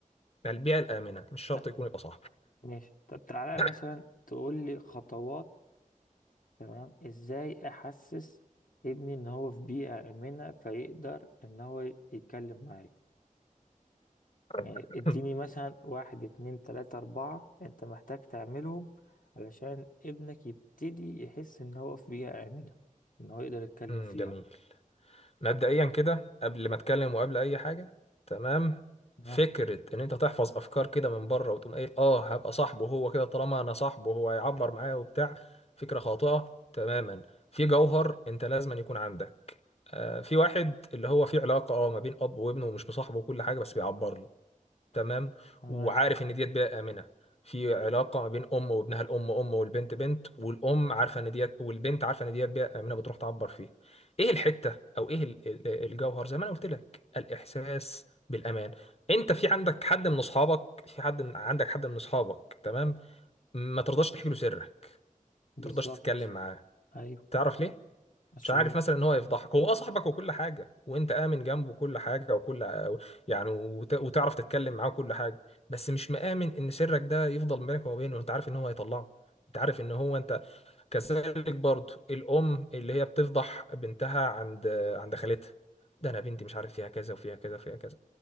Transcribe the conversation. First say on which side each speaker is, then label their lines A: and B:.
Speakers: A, on the left; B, on the left.
A: يعني البيئه الامنه مش شرط
B: طيب
A: يكون يبقى صاحبي
B: ماشي طب تعالى
A: <laughs>
B: مثلا تقول لي خطوات تمام ازاي احسس ابني ان هو في بيئة آمنة فيقدر ان هو يتكلم معايا يعني
A: <coughs>
B: اديني مثلا واحد اتنين تلاتة اربعة انت محتاج تعملهم علشان ابنك يبتدي يحس ان هو في بيئة آمنة ان هو يقدر يتكلم
A: مم،
B: فيها
A: جميل مبدئيا كده قبل ما اتكلم وقبل اي حاجه تمام
B: تمام
A: فكره ان انت تحفظ افكار كده من بره وتقوم قايل اه هبقى صاحبه هو كده طالما انا صاحبه هو هيعبر معايا وبتاع فكره خاطئه تماما في جوهر انت لازم أن يكون عندك آه، في واحد اللي هو في علاقه اه ما بين اب وابنه ومش مصاحبه وكل حاجه بس بيعبر له تمام
B: تمام
A: وعارف ان ديت بيئه امنه في علاقه ما بين ام وابنها الام ام والبنت بنت والام عارفه ان ديت والبنت عارفه ان ديت بيئه امنه بتروح تعبر فيه ايه الحته او ايه ال- ال- الجوهر زي ما انا قلت لك الاحساس بالامان انت في عندك حد من اصحابك في حد من عندك حد من اصحابك تمام ما ترضاش تحكي له سرك ما
B: بالظبط
A: ترضاش تتكلم معاه
B: ايوه
A: تعرف ليه
B: عشان
A: مش عارف مثلا ان هو يفضحك هو اه صاحبك وكل حاجه وانت امن جنبه كل حاجه وكل يعني وت... وتعرف تتكلم معاه وكل حاجه بس مش مآمن ان سرك ده يفضل بينك وما بينه انت عارف ان هو هيطلعه انت عارف ان هو انت كذلك برضه الام اللي هي بتفضح بنتها عند عند خالتها ده انا بنتي مش عارف فيها كذا وفيها كذا وفيها كذا